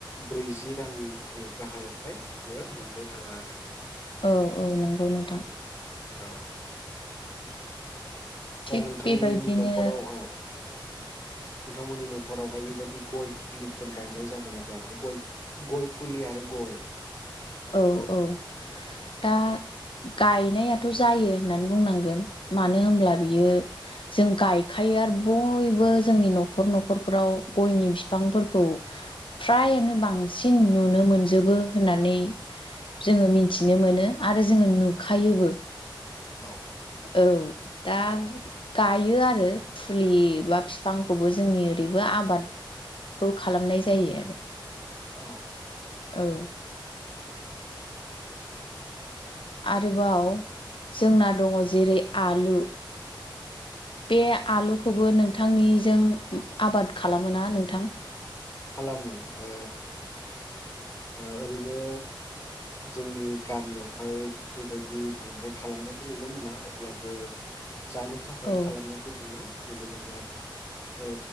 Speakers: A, on the left; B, on the left.
A: ब्रैजि रांनि जोङो गाहायावहाय <unintelligible> मोननो थाङा आरो।
B: औ औ नोंगौ नोंथां।
A: औ। दा
B: थिग
A: नोंथांमोननि
B: बेबायदिनो
A: न'खराव औ। नोंथांमोननि न'खरावहाय बेबायदि गय फुलिफोर गायनाय जागोन ना जाया मानो गय गय फुलि आरो गय
B: औ औ दा गायनायाथ' जायो होननानै बुंनांगोन मानो होमब्ला बियो जों गायखायो आरो बयबो जोंनि न'खर न'खरफ्राव गयनि फिफांफोरखौ फ्रायानो बांसिन नुनो मोनजोबो होननानै जोङो मिथिनो मोनो आरो जोङो नुखायोबो।
A: औ।
B: औ। दा गायो आरो फुलि बा फिफांखौबो जोंनि ओरैबो आबाद बो खालामनाय जायो आरो।
A: औ।
B: औ। आरोबाव जोंना दङ' जेरै आलु बे आलुखौबो नोंथांनिजों आबाद खालामो ना नोंथां?
A: खालामो ओ ओ ओरैनो जोंनि गामियावहाय बेबायदि बांद्राय खालामनायखौ नुनो मोना अब्लाबो जानो थाखाय
B: औ
A: खालामनायखौ जोङो नुनो मोनो आरोना ओमफ्राय